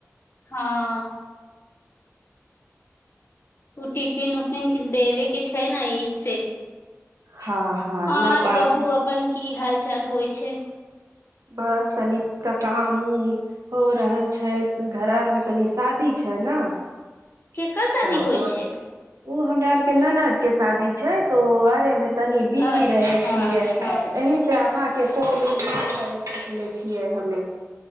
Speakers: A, on the left; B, on the right.
A: हँ ओ टिफिन उफिन देबे के छै ने एहि से
B: हँ हँ
A: आर
B: न बा
A: कहू आपन की हाल चाल हो छै
B: बस तनिक काम ऊम हो रहल छै घर आरमे तनी शादी छै ने
A: केकर शादी
B: तऽ
A: होइ
B: ओ
A: छै
B: ओ हमरा आर के ननद के शादी छै तो आरे मे तनि बिजी
A: अच्छा
B: रहै छियै
A: अच्छा
B: य से आहाँके कॉल इंग नहि कर सकले <unintelligible> हमे